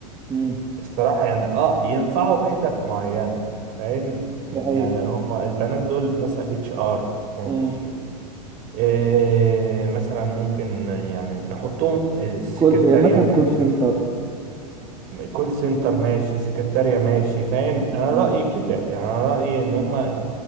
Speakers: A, on the right; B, on the right.
A: امم
B: الصراحه يعني اه ينفعوا في حتت معينه فاهم يعني
A: دي حقيقة
B: يعني هما البنات دول مثلا اتش ار ماشي
A: امم
B: إيه مثلا ممكن يعني نحطهم السكرتارية
A: كل إيه، مثلا
B: ماشي
A: كول سنتر
B: كول سنتر ماشي سكرتارية ماشي فاهم انا
A: امم
B: رأيي كده يعني انا رأيي ان هما